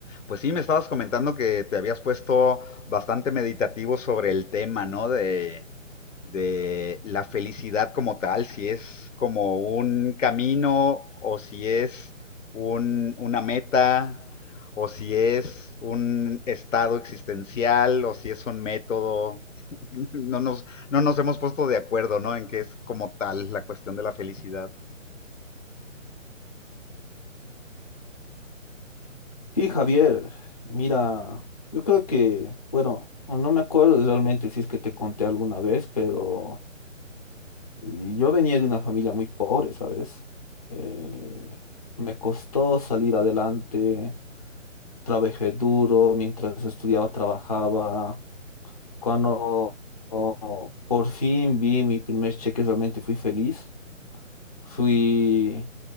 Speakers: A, on the left (about 70°); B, on the left (about 30°).
A: Pues sí, me estabas comentando que te habías puesto bastante meditativo sobre el tema, ¿no? De, de la felicidad como tal, si es como un camino o si es un- una meta o si es un estado existencial o si es un método. <laughs> No nos, no nos hemos puesto de acuerdo, ¿no? En qué es como tal la cuestión de la felicidad.
B: Sí, Javier, mira, yo creo que, bueno, no me acuerdo realmente si es que te conté alguna vez, pero y yo venía de una familia muy pobre, ¿sabes? Eh, me costó salir adelante, trabajé duro, mientras estudiaba, trabajaba. Cuando oh, por fin vi mi primer cheque, realmente fui feliz. Fui